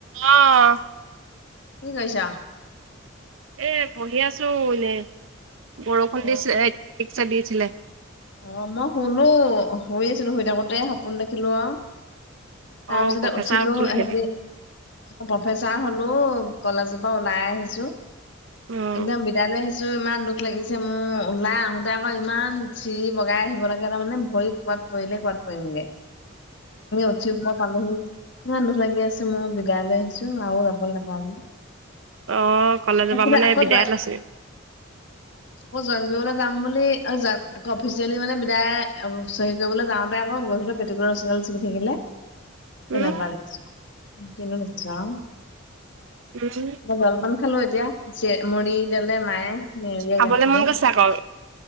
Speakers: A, on the right; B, on the left.
A: অহ।
B: কি কৰিছ?
A: এ বহি আছো এনে, বৰষুণ
B: অ
A: দিছে। ঠিকচে দিছিলে।
B: অ মই শুনো শুই আছিলো শুই থাকোতে সপোন দেখিলো আ। তাৰ
A: অ',
B: পিছতে
A: প্ৰফেচাৰ
B: উঠিলো ইহঁতি
A: হেৰি
B: অ প্ৰফেচাৰ হলো কলেজৰ পৰা ওলাই আহিছো।
A: অ',
B: একদম বিদায়লৈ আহিছো ইমান দুখ লাগিছে মোৰ ওলাই আহোতে আকৌ ইমান চিৰি বগাই আহিব লাগে তাৰমানে ভৰি কবাত পৰিলে কবাত পৰিমগে। উঠি প <unintelligible> পালোহি, ইমান দুখ লাগি আছে মোৰ বিদায়লৈ আহিছো আৰু যাব নাপাওঁ বুলি।
A: অঁ কলেজৰ
B: তাৰপিছতে
A: পৰা মানে
B: আকৌ
A: বিদায়
B: জই
A: লৈছে।
B: আকৌ জয়েন কৰিবলে যাম বুলি আৰু জান আকৌ অফিচিয়েলি মানে বিদায় চহী কৰিবলৈ যাওঁতে আকৌ গৈ পেলায় পেটিকোটৰ ৰছীডাল চিঙি থাকিলে। তেনেকুৱা
A: উম,
B: দেখিছোঁ কিনো দেখিছোঁ অ'
A: <unintelligible>
B: জলপান খালো এতিয়া চিৰা মুড়ি দিলে মায়ে মেৰিয়ে
A: খাবলৈ
B: গাখীৰে
A: মন গৈছে আকৌ